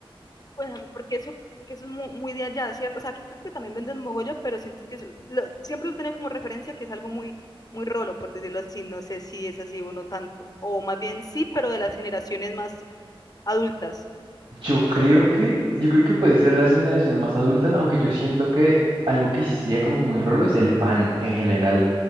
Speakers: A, on the left (about 40°); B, on the right (about 70°).
A: Bueno, porque eso, que eso es muy, muy, de allá, ¿cierto? O sea, aquí creo que también venden Mogollón, pero siento que eso, lo, siempre lo tengo como referencia que es algo muy, muy rolo, por decirlo así. No sé si es así o no tanto. O más bien sí, pero de las generaciones más adultas.
B: <laughs> Yo
A: Oh,
B: creo
A: cuéntame.
B: que, yo creo que puede ser de las generaciones más adultas, aunque yo siento que algo que sí sería como muy rolo es el pan en general.